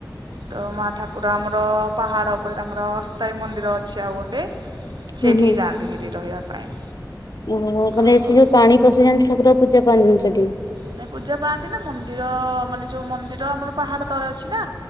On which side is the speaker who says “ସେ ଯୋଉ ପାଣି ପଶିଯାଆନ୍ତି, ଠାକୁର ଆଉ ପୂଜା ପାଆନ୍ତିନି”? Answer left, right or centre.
Left